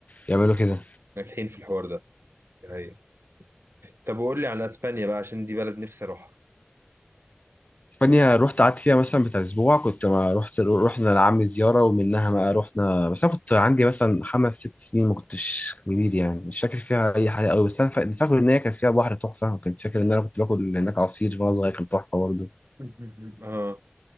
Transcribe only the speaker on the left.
يعملوا كده
اسبانيا رحت قعدت فيها مثلا بتاع اسبوع كنت ما رحت رحنا لعمي زياره ومنها ما رحنا بس انا كنت عندي مثلا خمس ست سنين ما كنتش كبير يعني مش فاكر فيها اي حاجه قوي بس انا فا- فاكر ان هي كانت فيها بحر تحفه وكنت فاكر ان انا كنت باكل هناك عصير وانا صغير كان تحفه برضه